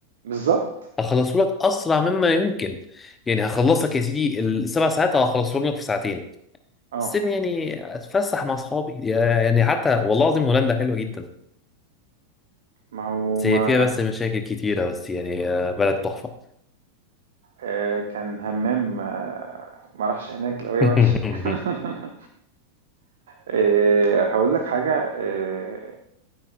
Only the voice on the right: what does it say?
بالظبط
اه
ما هو
ما
آه، كان همام آه، ما راحش هناك لو هي
وحشة <laughs> آه، هقول لك حاجة آه،